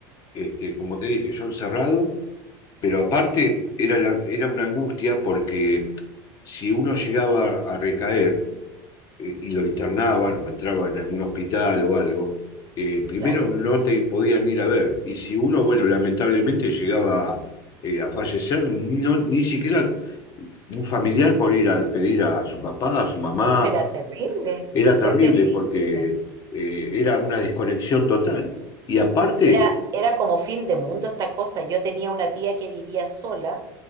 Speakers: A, on the left; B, on the right.
A: este, como te dije, yo encerrado, pero aparte era, la- era una angustia porque si uno llegaba a recaer, eh, y lo internaban o entraba en algún hospital o algo, eh, primero
B: claro.
A: no te podían ir a ver. Y si uno, bueno, lamentablemente llegaba eh, a fallecer, no, ni siquiera un familiar por ir a despedir a su papá, a su mamá,
B: No será terrible.
A: era terrible
B: Fue terrible.
A: porque eh, era una desconexión total. Y aparte,
B: Era, era como fin de mundo esta cosa. Yo tenía una tía que vivía sola,